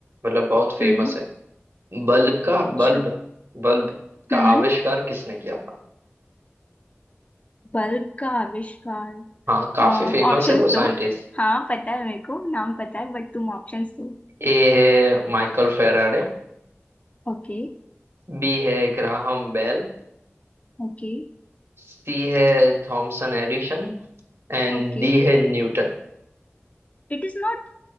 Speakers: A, on the right; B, on the left.
A: मतलब बहुत फेमस
B: हम्म
A: है बल्ब का
B: अच्छा
A: बल्ब बल्ब का
B: हम्म
A: आविष्कार किसने किया था
B: बल्ब का आविष्कार
A: हाँ काफी फेमस
B: ऑप्शंस
A: है वो
B: दो
A: साइंटिस्ट
B: हाँ पता है मेरे को नाम पता है बट तुम ऑप्शंस दो <laughs>
A: ए है माइकल फेराडे
B: Okay
A: बी है ग्राहम बेल
B: okay
A: सी है थॉमसन एडिशन एंड
B: okay
A: डी है न्यूटन
B: it is not